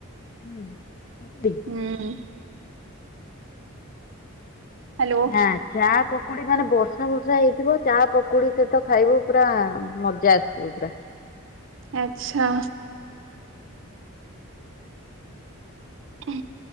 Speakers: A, on the left; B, on the right.
A: ହୁଁ, ହଁ କୁଡେ?
B: ହୁଁ। ହ୍ୟାଲୋ
A: ଆଁ। ଚା ପକୁଡି ମାନେ ବର୍ଷା ଫର୍ଷା ହେଇଥିବ ଚା ପକୁଡି ସହିତ ଖାଇବ ପୁରା ମଜା ଆସିଥିବ ପୁରା।
B: ଆଛା। କି